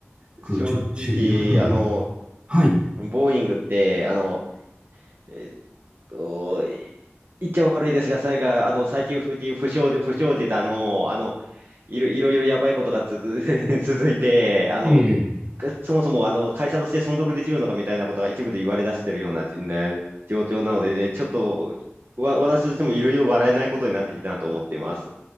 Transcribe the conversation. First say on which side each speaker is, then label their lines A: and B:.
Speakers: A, on the right; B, on the right.
A: く、
B: 正直、
A: ちょっと教えていただいてもいい
B: あの、
A: はい。
B: ボーイングって、あの、えっと、い言っちゃ悪いですが、それが、あの、最近不不祥事、不祥事だの、あの、いろいろいろやばいことが続、<laughs> 続いて、あの、
A: ええ
B: そもそも、あの、会社として存続できるのかみたいなことが一部で言われ出してるような、じね状況なので、ちょっと、わ、私としてもいろいろ笑えないことになってきたなと思っています。